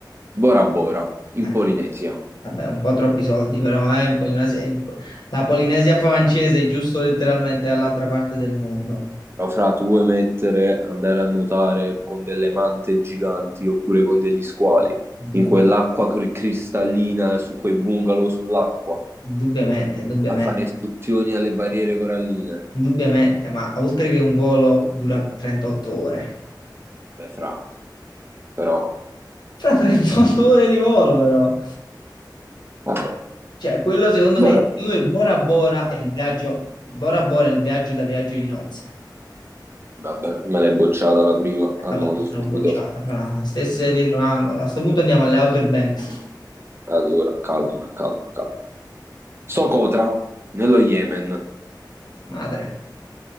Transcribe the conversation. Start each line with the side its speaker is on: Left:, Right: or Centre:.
Right: Bora Bora, in
Left: Eh,
Right: Polinesia.
Left: vabbè, un po' troppi soldi, però eh, in Polinesia- in- la Polinesia francese è giusto letteralmente dall'altra parte del mondo.
Right: Però fra tu vuoi mettere, andare a nuotare con delle mante giganti oppure con degli squali,
Left: Indubbi-
Right: in quell'acqua cri- cristallina, su quei bungalow sull'acqua,
Left: indubbiamente, indubbiamente.
Right: a fare escursioni alle barriere coralline.
Left: Indubbiamente, ma oltre che un volo dura 38 ore.
Right: Beh, fra, però,
Left: Fra 38 ore di volo, però.
Right: vabbè.
Left: Cioè, quello secondo me,
Right: Ora-
Left: secondo me Bora Bora è il viaggio, Bora Bora è il viaggio da viaggio di nozze.
Right: Vabbè, me l'hai bocciata la prima, annoto
Left: Vabbè, l'ho
Right: subito.
Left: bocciata, fra stesse dietro l'angolo. A sto punto andiamo alle Outer Banks.
Right: Allora, calma, calma, calma. Socotra, nello Yemen,
Left: Madre,